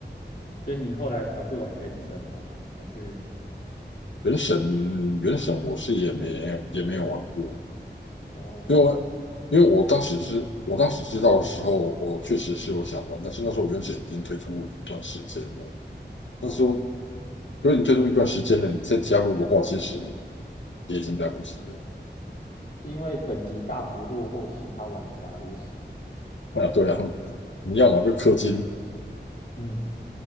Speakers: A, on the left; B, on the left.
A: 所以你后来跑去玩《原神》吗？还是？
B: 原神，原神我是也没也没有玩过，
A: 哦。
B: 因为我因为我当时知我当时知道的时候，我确实是有想玩，但是那时候原神已经推出一段时间了，
A: 了
B: 那时候如果你推出一段时间了，你再加入的话，其实也已经来不及了。
A: 是因为等级大幅落后其他玩家，是不是？
B: 啊，对啊，你要么就氪金。
A: 嗯，